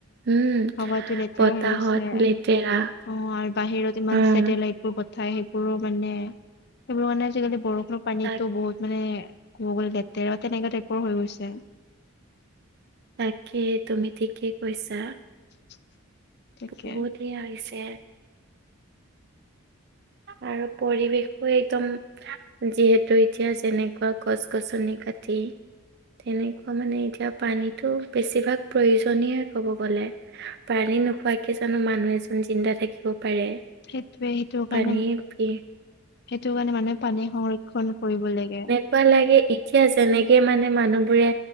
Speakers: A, on the right (about 50°); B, on the left (about 50°).
A: উম',
B: হাৱাটো লেতেৰা
A: বতাহত
B: হৈ গৈছে
A: লে', লেতেৰা',
B: অ', আৰু বাহিৰত ইমান
A: অ',
B: ছেটেলাইট', বহু কথাই সেইবোৰো মানে, সেইবোৰ মানে আজিকালি বৰষুণৰ পানীতো
A: তাক
B: বহুত', মানে ক'ব গ'লে লেতেৰা বা তেনেকা টাইপৰ হৈ গৈছে',
A: তাকে, তুমি ঠিকেই কৈছা',
B: <unintelligible> তাকে
A: বহুততেই হৈছে', আৰু পৰিৱেশো একদম', যিহেতু এতিয়া যেনেকুৱা গছ গছনি কাটি', তেনেকুৱা মানে এতিয়া পানীতো বেছিভাগ প্ৰয়োজনীয় ক'ব গ'লে', পানী নোখোৱাকে জানোঁ মানুহ এজন জিন্দা থাকিব পাৰে?
B: সেইটোৱে', কাৰণে
A: পানীৰ পি',
B: সেইটো কাৰণে মানুহে পানী সংৰক্ষণ কৰিব লাগে',
A: এনেকোৱা লাগে, এতিয়া যেনেকে মানে মানুহবোৰে